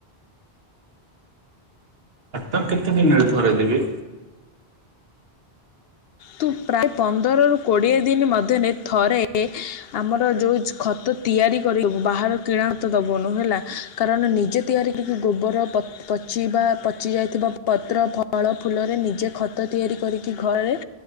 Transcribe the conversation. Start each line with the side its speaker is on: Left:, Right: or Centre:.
Right: ତ କେତେ ଦିନରେ ଥରେ ଦେବି?
Left: ତୁ ପ୍ରାୟ ପନ୍ଦରରୁ କୋଡ଼ିଏ ଦିନ୍ ମଧ୍ୟରେ ଥରେ ଆମର ଯୋଉ ଖତ ତିଆରି କରିଦବୁ ବାହାର କିଣା ଖତ ଦବୁନୁ ହେଲା। କାରଣ ନିଜେ ତିଆରି କିକି ଗୋବର ପ ପଛିବା ପଚି ଯାଇଥିବା ପତ୍ର ଫଳ ଫୁଲରେ ନିଜେ ଖତ ତିଆରି କରିକି ଘରେ